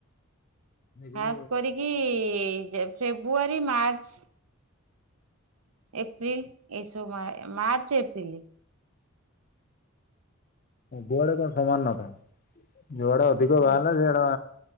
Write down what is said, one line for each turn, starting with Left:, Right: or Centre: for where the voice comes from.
Left: ଯେ
Right: ଖାସ୍ କରିକି ଯେ, ଯେ -- ଫେବୃଆରୀ, ମାର୍ଚ୍ଚ ଏପ୍ରିଲ ଏସବ ମା ମାର୍ଚ୍ଚ, ଏପ୍ରିଲ।
Left: ଗୁଆଡ କଣ ସମମାନ ନତା। ଯୁଆଡେ ଅଧିକ
Right: ହୁଁ
Left: ବାହାରିଲା ସେଆଡା